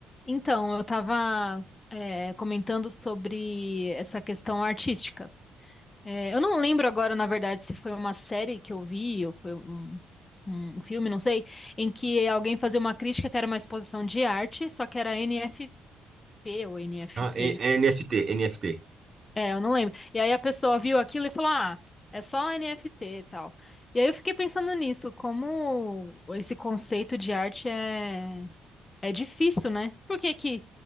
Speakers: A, on the left (about 25°); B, on the right (about 40°).
A: Então, eu estava comentando sobre essa questão artística. É, eu não lembro agora, na verdade, se foi uma série que eu vi ou foi um, um filme, não sei, em que alguém fazia uma crítica que era uma exposição de arte, só que era NFP ou NFT.
B: Ah, e- NFT, NFT.
A: É, eu não lembro. E aí a pessoa viu aquilo e falou: Ah, é só NFT e tal. E aí eu fiquei pensando nisso, como esse conceito de arte é. É difícil, né? Por que que